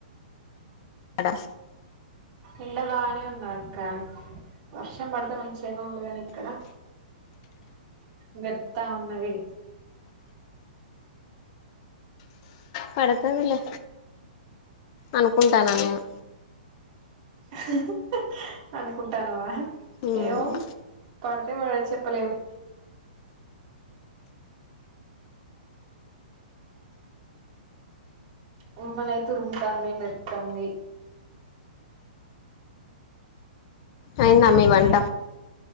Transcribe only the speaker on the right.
ఎండ బాగానే ఉన్నది అక్క వర్షం పడితే మంచిగనే ఉండదు గానీ ఎక్కడ మెరుత్త ఉన్నది
హు హు హు అనుకుంటానావా
ఏమో పడ్ తే పడొచ్చు చెప్పలేం ఉరుములైతే ఉరుముతాన్నాయ్ మెరుతాంది